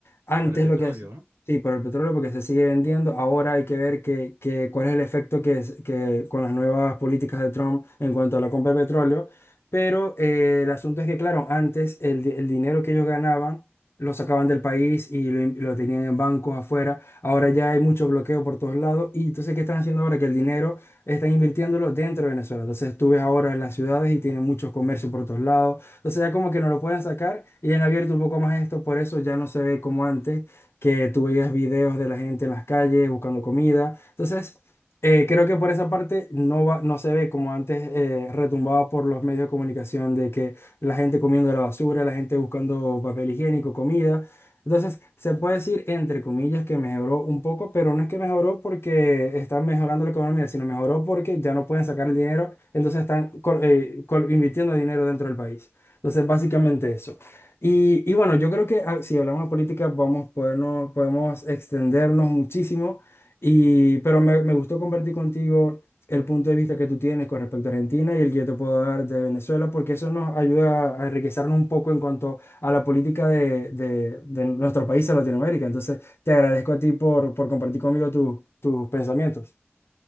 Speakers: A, on the left; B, on the right.
A: Antes
B: Por el petróleo,
A: lo que hac-
B: no
A: sí, por el petróleo, porque se sigue vendiendo. Ahora hay que ver que, que- cuál es el efecto que, es- que con las nuevas políticas de Trump en cuanto a la compra de petróleo. Pero eh, el asunto es que, claro, antes el, di- el dinero que ellos ganaban lo sacaban del país y lo, in- lo tenían en bancos afuera. Ahora ya hay mucho bloqueo por todos lados. Y entonces, ¿qué están haciendo ahora? Que el dinero están invirtiéndolo dentro de Venezuela. Entonces, tú ves ahora en las ciudades y tienen muchos comercios por todos lados. Entonces, ya como que no lo pueden sacar y han abierto un poco más esto. Por eso ya no se ve como antes, que tú veías videos de la gente en las calles buscando comida. Entonces, eh, creo que por esa parte no va, no se ve como antes eh, retumbaba por los medios de comunicación de que la gente comiendo la basura, la gente buscando papel higiénico, comida. Entonces, se puede decir, entre comillas, que mejoró un poco, pero no es que mejoró porque está mejorando la economía, sino mejoró porque ya no pueden sacar el dinero, entonces están col- eh, col- invirtiendo dinero dentro del país. Entonces, básicamente eso. Y, y bueno, yo creo que ah, si hablamos de política, vamos, podernos- podemos extendernos muchísimo, y, pero me, me gustó compartir contigo el punto de vista que tú tienes con respecto a Argentina y el que yo te puedo dar de Venezuela, porque eso nos ayuda a enriquecernos un poco en cuanto a la política de, de- de nuestro país, de Latinoamérica. Entonces, te agradezco a ti por, por compartir conmigo tus tus pensamientos.